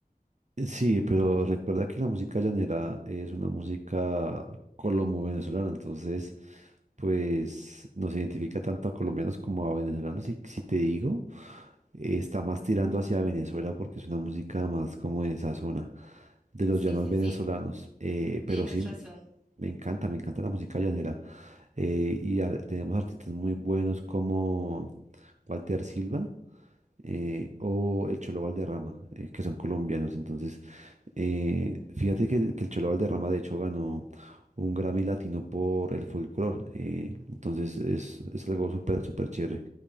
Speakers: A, on the right (about 50°); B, in the centre.
A: Sí, pero recuerda que la música llanera es una música colombo-venezolana, entonces... pues nos identifica tanto a colombianos como a venezolanos. Y si te digo, eh, está más tirando hacia Venezuela porque es una música más como de esa zona, de los
B: Sí,
A: llanos
B: sí,
A: venezolanos.
B: sí,
A: Eh,
B: tienes
A: pero sí,
B: razón.
A: me encanta, me encanta la música llanera. Eh, y ar- tenemos artistas muy buenos como Walter Silva. eh, o el Cholo Valderrama, eh, que son colombianos. Entonces, eh, fíjate que, que el Cholo Valderrama, de hecho, ganó un Grammy Latino por el folclore. eh, entonces, es, es algo súper, súper chévere.